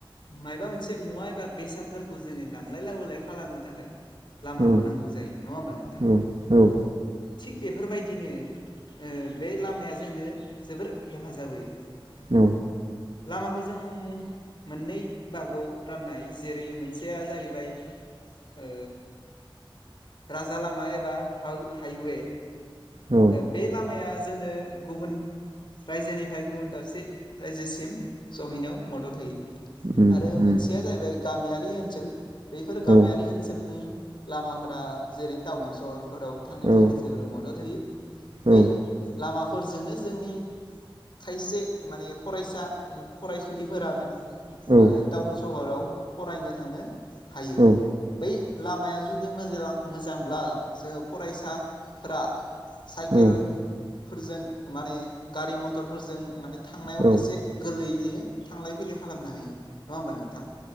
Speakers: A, on the left; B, on the right.
A: मायबा मोन से मुवा एबा बेसादफोरखौ जोङो लांलाय लाबोलाय खालामनो थाखाय लामाखौ
B: औ
A: नांगौ जायो नङा होमबा नोंथां
B: औ
A: थिग बेफोरबायदिनो ओ बे लामाया जोंनो जोबोर हेफाजाब होयो
B: औ
A: लामाखौ जों मोननै बागआव राननाय जेरै मोनसेया जाहैबाय ओ राजा लामा एबा हाउ हाइवे
B: औ
A: ओ बे लामाया जोंनो गुबुन रायजोनिफ्राय गुबुन दाबसे रायजोसिम सहैनायाव मदद होयो
B: उम
A: आरो
B: उम
A: मोनसेया जाहैबाय गामियारि ओनसोल बैफोर गामियारि
B: औ
A: ओनसोलनि लामाफोरा जेरै टाउन सहरफोराव थांनायाव
B: औ
A: जोंनो जोबोर मदद होयो
B: औ
A: बै लामाफोरजोंनो जोंनि खायसे माने फरायसा ओ फरायसुलिफोरानो
B: औ
A: मो टाउन सहराव फरायनो थांनो हायो
B: औ
A: बै लामाया जुदि मोजा मोजांब्ला जोङो फरायसाफोरा साइकेलफोरजों
B: औ
A: माने गारि मथरफोरजों माने थांनायाव
B: औ
A: एसे गोरलैयैनो थांलाय फैलाय खालामनो हायो नङा होमबा नोंथां